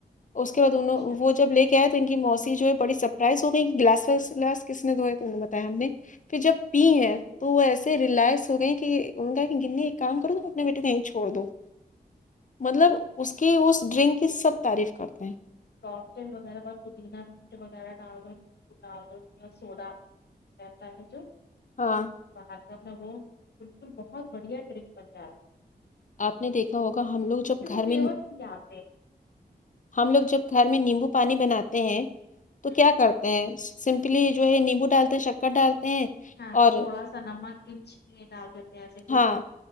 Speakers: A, on the left (about 50°); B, on the left (about 75°).
A: اس کے بعد انوں
B: اچھا
A: وہ جب لے کیا تو ان کی موسی جو ہےڑی سرپرائز ہو گئی کہ گلاسس گلاس کس نے دھوئے تو انہیں بتایا ہم نے پھر جب پی ہے تو وہ ایسے ریلیکس ہو گئے کہ انوں نے کہا کہ گننے ایک کام کروںا بیٹے کہیں چھوڑ دو مطلب اس کی اس ڈرنک کی سب تعریف کرتے ہیں
B: کٹیل وغیرہ ب پودینہ میٹ وغیرہ ڈال دوو ڈال دوو یا سوڈا تا کہ تو
A: ہاں
B: باہر کا میں وہ بالکل بہت بڑھیا ڈرنک بنتا رہا
A: آپ نے دیکھا ہوگا ہم لوگ جب
B: اس کے
A: گھر
B: تو فلیورس
A: میں
B: بھی آتے ہیں
A: ہم لوگ جب گھر میں نیمبو پانی بناتے ہیں تو کیا
B: ہوں،
A: کرتے ہیں سمپلی جو ہے نیمبو ڈالتے ہیں شکر ڈالتے ہیں
B: ہاں
A: اور
B: تھوڑا سا نمک پچ یہ ڈال دیتے ہے ای س ٹیٹی
A: ہاں